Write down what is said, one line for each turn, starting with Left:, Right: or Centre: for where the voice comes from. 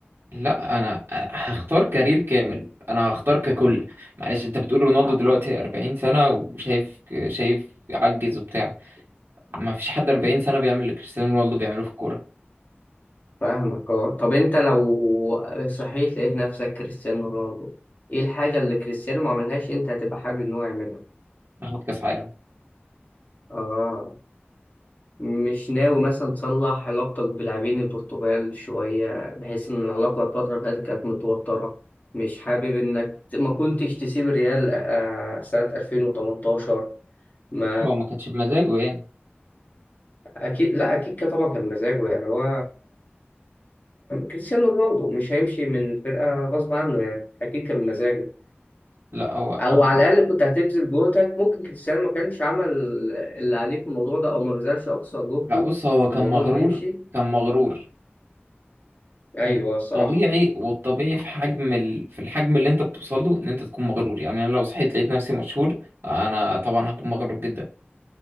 Right: لا انا هختار كارير كامل انا هختار ككل معلش انت بتقول رونالدو دلوقتي 40 سنة وشايف شايف عجز وبتاع ما فيش حد 40 سنة بيعمل اللي كريستيانو رونالدو بيعمله في الكورة
Left: فاهمك اه طب انت لو صحيت لقيت نفسك كريستيانو رونالدو ايه الحاجة اللي كريستيانو ما عملهاش انت هتبقى حابب ان هو يعملها
Right: ياخد كاس عالم
Left: اه مش ناوي مثلا تصلح علاقتك بلاعبين البرتغال شوية بحيث ان العلاقة الفترة اللي فاتت كانت متوترة مش حابب انك ت- ما كنتش تسيب الريال آه، آه، سنة 2018 ما
Right: ما هو ما كانش بمزاجه يعني
Left: اكيد لا اكيد كان طبعا كان مزاجه يعني هو كريستيانو رونالدو مش هيمشي من فرقة غصب عنه يعني اكيد كان مزاجه
Right: لا هو انا
Left: او على الاقل كنت هتبذل جهدك ممكن كريستيانو ما كانش عمل اللي عليه في الموضوع ده او ما بذلش اقصى جهده
Right: لا بص هو
Left: في
Right: كان
Left: الموضوع
Right: مغرور
Left: انه يمشي
Right: كان مغرور
Left: ايوه
Right: والطبيعي
Left: الصراحه
Right: والطبيعي في حجم ال... في الحجم اللي انت بتوصل له ان انت تكون مغرور يعني انا لو صحيت لقيت نفسي مشهور انا طبعا هكون مغرور جدا